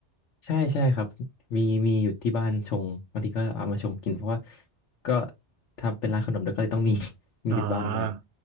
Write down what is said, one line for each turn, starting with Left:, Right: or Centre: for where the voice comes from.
Left: ใช่ใช่ครับมีมีอยู่ที่บ้านชงบางทีก็เอามาชงกินเพราะว่าก็ทำเป็นร้านขนมแล้วก็เลยต้องมี <laughs> มีติดบ้านหน่อย
Right: อ่า